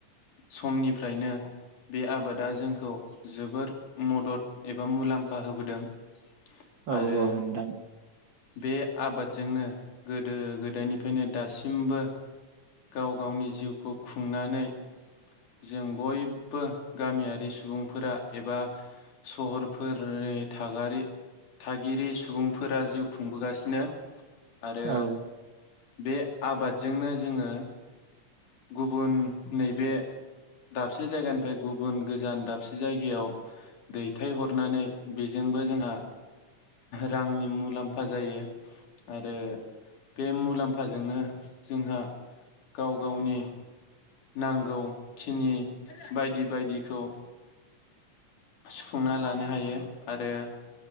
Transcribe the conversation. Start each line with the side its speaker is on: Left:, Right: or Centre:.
Left: समनिफ्रायनो बे आबादा जोंखौ जोबोर मदद एबा मुलाम्फा होबोदों। आरो
Right: औ औ नोंथां
Left: बे आबादजोंनो गोदो गोदायनिफायनो दासिमबो गाव गावनि जिउखौ खुंनानै जों बयबो गामियारि सुबुंफोरा एबा सहरफोरनि थागारि थागिरि सुबुंफोरा जिउ खुंबोगासिनो आरो
Right: औ
Left: बे आबादजोंनो जोङो गुबुन नैबे दाबसे जायगानिफाय गुबुन गोजान दाबसे जायगायाव दैथायहरनानै बेजोंबो जोंहा रांनि मुलाम्फा जायो आरो बे मुलाम्फाजोंनो जोंहा गाव गावनि नांगौखिनि बायदि बायदिखौ सुफुंना लानो हायो आरो